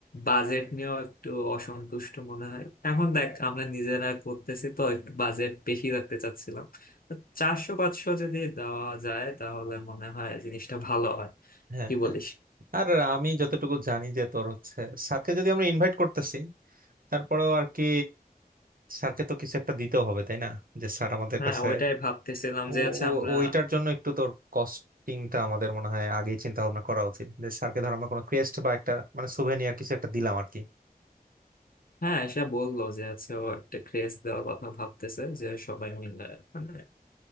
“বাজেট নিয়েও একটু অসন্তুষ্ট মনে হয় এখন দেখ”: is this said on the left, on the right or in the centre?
Left